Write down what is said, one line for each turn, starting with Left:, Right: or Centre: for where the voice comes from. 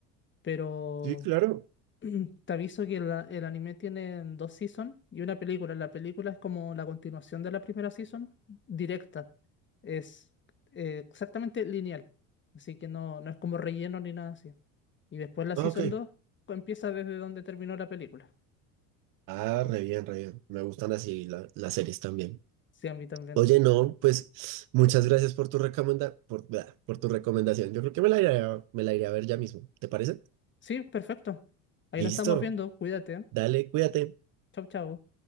Left: Pero.
Right: sí, claro.
Left: <clears throat> Te aviso que la- el anime tiene dos seasons y una película. La película es como la continuación de la primera season, directa. Es eh, exactamente lineal. Así que no, no es como relleno ni nada así. Y después la
Right: Ah,
Left: season
Right: Ok.
Left: 2 empieza desde donde terminó la película.
Right: Ah, re bien, re bien. Me gustan así la- las series también.
Left: Sí, a mí también.
Right: Oye, no, pues muchas gracias por tu recomenda, por, bla, por tu recomendación. Yo creo que me la iré a, me la iré a ver ya mismo. ¿Te parece?
Left: Sí, perfecto. Ahí
Right: Listo.
Left: nos estamos viendo. Cuídate.
Right: Dale, cuídate.
Left: Chau, chau.